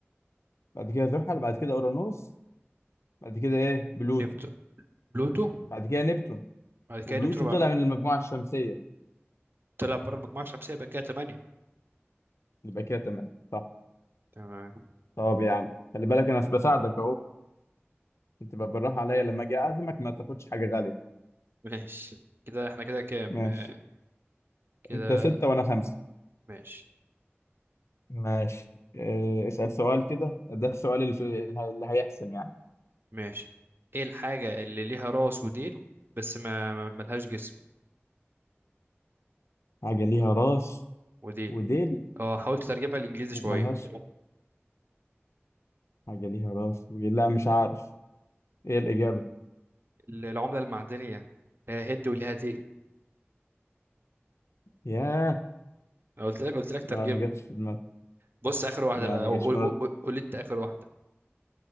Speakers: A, on the left; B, on the right.
A: بعد كده زحل بعد كده اورانوس بعد كده ايه بلوتو
B: نبت بلوتو
A: بعد كده نبتون
B: بعد كده
A: وبلوتو
B: نبتون
A: طلع
B: بقى
A: من المجموعة الشمسية
B: طلع بره المجموعة الشمسية يبقى كده تمانية
A: يبقى كده تمام صح
B: تمام
A: طب يا عم خلي بالك انا بساعدك اهو انت بقى بالراحة عليا لما اجي اعزمك ما تاخدش حاجة غالية
B: ماشي كده احنا كده كام
A: ماشي
B: آه، كده
A: انت ستة وانا خمسة
B: ماشي
A: ماشي إيه اسأل سؤال كده ده السؤال اللي اللي هيحسم يعني
B: ماشي ايه الحاجة اللي ليها راس وديل بس ما ما- ملهاش جسم
A: حاجة ليها راس
B: وديل
A: وديل
B: اه حاول تترجمها للإنجليزي
A: وملهاش
B: شوية
A: حاجة ليها راس وديل لا مش عارف ايه الإجابة
B: العملة المعدنية آه، هد وليها تقل
A: ياه
B: أنا قلت لك قلت لك ترجمة
A: لا ما جاتش في دماغي
B: بص آخر واحدة
A: لا
B: بقى
A: ما
B: قول
A: جاتش في دماغي
B: قول قول- قول لي أنت آخر واحدة